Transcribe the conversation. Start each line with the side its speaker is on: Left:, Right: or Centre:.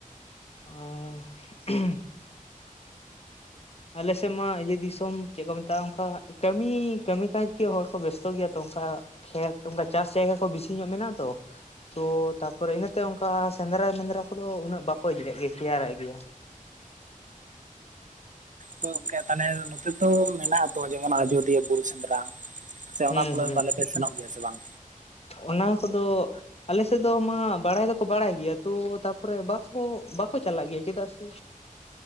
Left: ᱟᱨ <unintelligible> ᱟᱞᱮ ᱥᱮᱫ ᱢᱟ ᱤᱭᱟᱹ ᱫᱤᱥᱚᱢ ᱪᱮᱜ ᱠᱚ ᱢᱮᱛᱟᱜᱼᱟ ᱚᱱᱠᱟ ᱠᱟᱹᱢᱤ ᱠᱟᱹᱢᱤ ᱠᱟᱡᱽ ᱜᱮ ᱦᱚᱲ ᱠᱚ ᱵᱮᱥᱛᱚ ᱜᱮᱭᱟ ᱛᱚ ᱚᱱᱠᱟ᱾ ᱠᱷᱮᱛ ᱚᱱᱠᱟ ᱪᱟᱥ ᱡᱟᱭᱜᱟ ᱠᱚ ᱵᱮᱥᱤ ᱧᱚᱜ ᱢᱮᱱᱟᱜᱼᱟ ᱛᱚ ᱛᱚ ᱛᱟᱯᱚᱨᱮ ᱤᱱᱟᱹᱛᱮ ᱚᱱᱠᱟ ᱥᱮᱸᱫᱽᱨᱟ ᱢᱮᱸᱫᱽᱨᱟ ᱠᱚᱫᱚ ᱩᱱᱟᱹᱜ ᱵᱟᱠᱚ ᱤᱭᱟᱹᱜ ᱜᱮᱭᱟ ᱛᱮᱭᱟᱨᱟᱜ ᱜᱮᱭᱟ᱾
Right: ᱛᱚ ᱜᱚᱝᱠᱮ ᱛᱟᱦᱮ ᱱᱚᱛᱮ ᱛᱚ ᱢᱮᱱᱟᱜ ᱛᱚ ᱡᱮᱢᱚᱱ ᱟᱡᱚᱫᱤᱭᱟᱹ ᱵᱩᱨᱩ ᱥᱮᱸᱫᱽᱨᱟ ᱯᱟᱥᱮ
Left: ᱦᱩᱸ
Right: ᱚᱱᱟ ᱠᱚᱨᱮ
Left: ᱦᱩᱸ
Right: ᱛᱟᱞᱮ ᱯᱮ ᱥᱮᱱᱚᱜ ᱜᱮᱭᱟ ᱥᱮ ᱵᱟᱝ
Left: ᱚᱱᱟ ᱠᱚᱫᱚ ᱟᱞᱮᱥᱮᱫ ᱫᱚ ᱢᱟ ᱵᱟᱲᱟᱭ ᱫᱚᱠᱚ ᱵᱟᱲᱟᱭ ᱜᱮᱭᱟ ᱛᱚ ᱛᱟᱯᱚᱨᱮ ᱵᱟᱠᱚ, ᱵᱟᱠᱚ ᱪᱟᱞᱟᱜ ᱜᱮᱭᱟ ᱪᱮᱫᱟᱜ ᱥᱮ